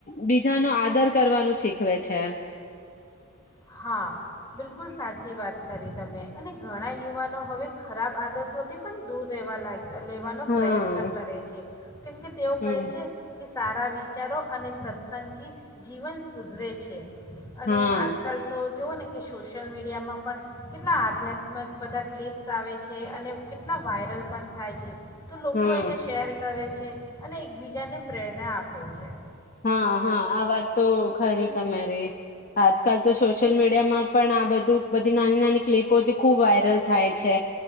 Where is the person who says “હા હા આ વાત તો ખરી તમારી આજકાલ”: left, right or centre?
Left